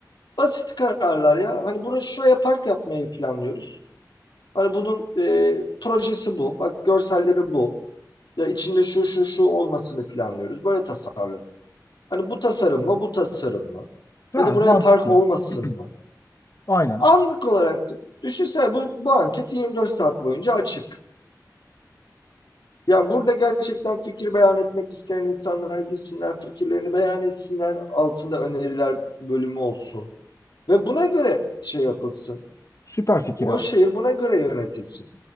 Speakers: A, on the left; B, on the left.
A: Basit kararlar ya. Hani burası şuraya park yapmayı planlıyoruz. Hani bunun e, projesi bu. Bak görselleri bu. Ya içinde şu şu şu olmasını planlıyoruz. Böyle tasarladık. Hani bu tasarım mı, bu tasarım mı?
B: Ha,
A: Ya da buraya
B: mantıklı.
A: park olmasın
B: <clears throat>
A: mı?
B: Aynen.
A: Anlık olarak düşünsene bu, bu anket 24 saat boyunca açık. Ya burada gerçekten fikir beyan etmek isteyen insanlar gitsinler, fikirlerini beyan etsinler. Altında öneriler bölümü olsun. Ve buna göre şey yapılsın.
B: Süper fikir
A: O
B: abi.
A: şehir buna göre yönetilsin.